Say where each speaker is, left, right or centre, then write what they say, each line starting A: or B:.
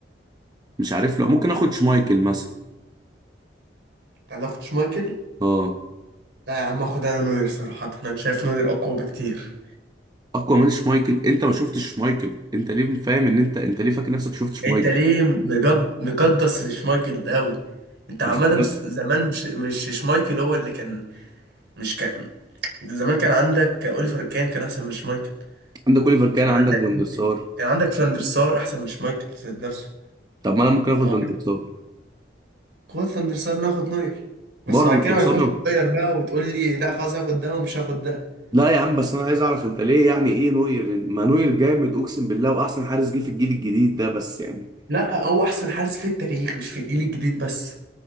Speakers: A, on the right; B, on the right.
A: مش عارف لا ممكن اخد شمايكل مثلا
B: انت هتاخد شمايكل
A: اه
B: لا يا عم اخد انا نوير صراحة انا شايف نوير اقوى بكتير
A: اقوى من شمايكل انت ما شفتش شمايكل انت ليه فاهم ان انت انت ليه فاكر نفسك شفت شمايكل
B: انت ليه مجد مقدس شمايكل ده قوي انت عامة
A: مش ممكن.
B: س- زمان مش مش شمايكل هو اللي كان مش كان زمان كان عندك اوليفر كان كان احسن من شمايكل
A: عندك اوليفر كان
B: كان
A: عندك
B: عندك
A: فان der سار
B: كان عندك فاندر سار احسن من شمايكل ذات نفسه
A: طب ما انا ممكن اخد
B: انا
A: فان der سار
B: قوات فاندر سار ناخد نوير بس
A: برضه
B: بعد
A: انت
B: كده
A: مصمم
B: ما ينفعش تغير بقى وتقول لي لا خلاص هاخد ده ومش هاخد ده
A: لا يا عم بس انا عايز اعرف انت ليه يعني ايه نوير ما نوير جامد اقسم بالله واحسن حارس جه في الجيل الجديد ده بس يعني
B: لا هو احسن حارس في التاريخ مش في الجيل الجديد بس